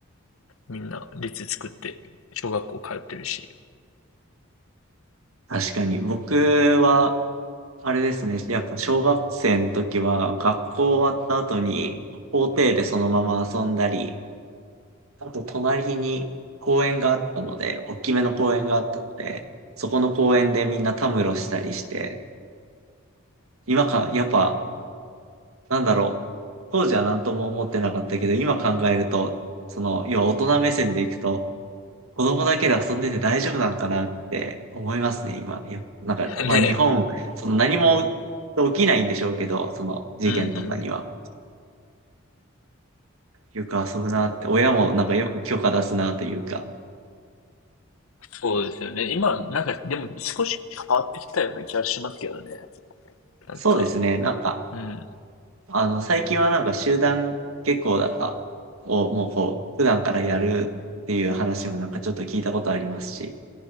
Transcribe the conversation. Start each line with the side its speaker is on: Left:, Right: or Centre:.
Left: みんな列作って小学校通ってるし。
Right: 確かに。僕は、あれですね。やっぱ小学生の時は学校終わった後に校庭でそのまま遊んだり、あと隣に公園があったので、大きめの公園があったので、そこの公園でみんなたむろしたりして、今か、やっぱ、なんだろう。当時は何とも思ってなかったけど、今考えると、その、要は大人目線でいくと、子供だけで遊んでて大丈夫なんかなって思いますね、今。いや、なんか、
Left: <laughs> ねえ。
Right: まあ日本、その何も起きないんでしょうけど、その事件とかには。
Left: うんうん。
Right: よく遊ぶなって、親もなんかよく許可出すなというか。
Left: そうですよね。今、なんか、でも少し変わってきたような気がしますけどね。なんか、
Right: そうですね、なんか、
Left: うん。
Right: あの、最近はなんか集団下校だかをもうこう、普段からやるっていう話もなんかちょっと聞いたことありますし、